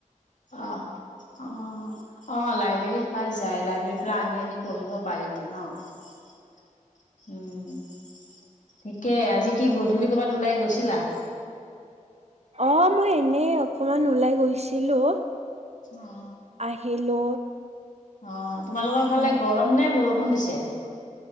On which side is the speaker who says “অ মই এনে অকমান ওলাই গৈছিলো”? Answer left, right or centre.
Right